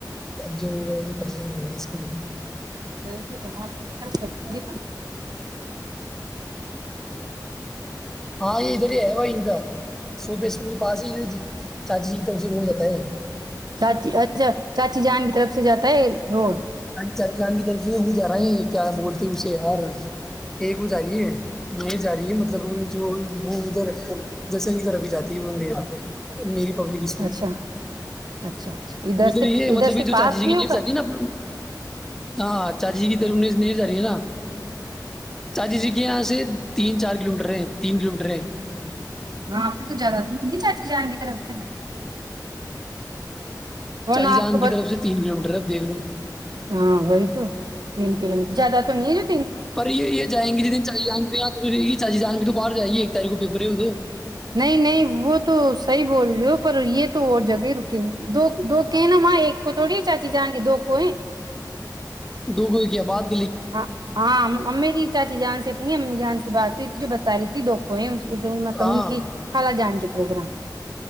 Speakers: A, in the centre; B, on the right (about 65°).
A: اب جو ہو وہ کرنا ہی پڑے گا اس کے لیے بھی
B: رہ تو گ بہت خرچ کر جی
A: ہاں یہ ادھر ہی ہےا ان کا سوپ اسکول کے پاس ہی چاچیی کی طرف سے روڑ جا ہے
B: چچی اچ اچھا چاچی جان کی طرف سے جاتا ہے روڈ
A: چال جان کی طرف سے وہ جا رہا ہے کیا بولتے اسے یار ایک وہ جا رہی ہے ج رہی ہے مطلب جو وہ ادھر جسنگ کی طرف بھی جاتی ہے وہ م میری پبلک اسکول
B: اچھا اچھا اچھا
A: ادھر
B: سے
A: یہ مطلب
B: سے
A: جو
B: پاس
A: چاچی جی کی
B: ہوگا
A: بھی سد نا اپ ہاں چای جی کی ت جا رہی ہے نا چاچی جی کے یہاں سے تین چار کلو میٹر تین کلو میٹر ہے
B: ہاں آپ سے تو زیادہ دور نہیں چاچی جائیں گی طرف سے ورنہ
A: چای
B: آپ
A: جان
B: کو پتا
A: کی طرف سے تین کلو میٹر ہے دیکھ لو
B: ہاں وہی تو تین کلو میٹر زیادہ تو نہیں رہ
A: پر یہ جیں گی جتیں چی جاناں گی چای جان تو باہر جائیے تاریخ کو پیپر ہے وہ تو
B: نہیں نہیں وہ تو صحیح بول رہے ہو پر یہ تو اور جگہ ہی رکیں گے دو دو کے ہیں نا ماں ایک کو تھوڑی چاچی جائیں گے دو کو ہے
A: دوگو کیا بعات
B: ہاں ہاں ممی ج چاچی جان سے تو نہیں امی جان سے بات ہوئی تھی جو بتا رہی تھی دکھو ہے اد مطلب
A: ہاں
B: ان کی خال جان کے پروگرام